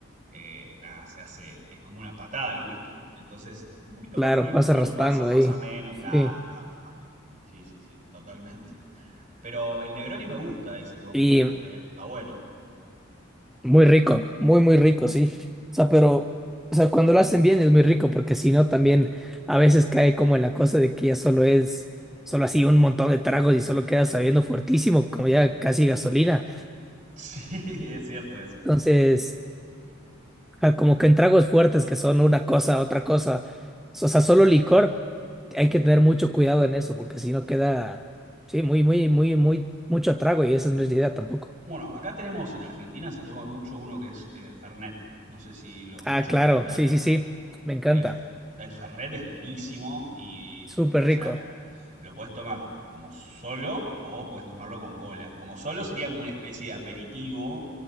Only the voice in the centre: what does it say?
claro,
pasa
raspando
ahí,
sí.
Y
Muy rico, muy, muy rico, sí. O sea, pero, o sea, cuando lo hacen bien es muy rico, porque si no, también a veces cae como en la cosa de que ya solo es, solo así un montón de tragos y solo queda sabiendo fuertísimo, como ya casi gasolina.
Entonces, ajá, como que en tragos fuertes que son una cosa, otra cosa, o sea, solo licor, hay que tener mucho cuidado en eso, porque si no queda, sí, muy, muy, muy, muy, mucho trago y esa no es la idea tampoco.
Ah, claro,
sí, sí, sí, me encanta,
súper
rico,